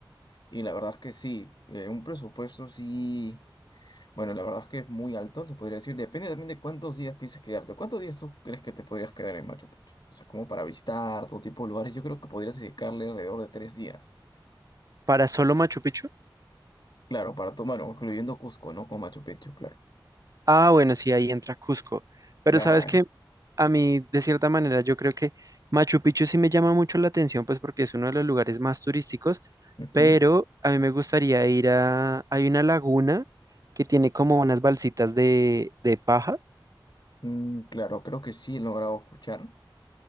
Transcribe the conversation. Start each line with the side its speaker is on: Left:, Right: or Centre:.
Left: Y la verdad es que sí, eh, un presupuesto sí, bueno, la verdad es que es muy alto, se podría decir. Depende también de cuántos días pienses quedarte. ¿Cuántos días tú crees que te podrías quedar en Machu Picchu? O sea, como para visitar todo tipo de lugares, yo creo que podrías dedicarle alrededor de tres días.
Right: Para solo Machu Picchu,
Left: Claro, para tomar, incluyendo Cusco, ¿no? Con Machu Picchu, claro.
Right: Ah, bueno, sí, ahí entra Cusco. Pero
Left: Claro.
Right: sabes que a mí, de cierta manera, yo creo que Machu Picchu sí me llama mucho la atención, pues porque es uno de los lugares más turísticos,
Left: Ujú.
Right: pero a mí me gustaría ir a... Hay una laguna que tiene como unas balsitas de, de paja.
Left: Mm, claro, creo que sí he logrado escuchar.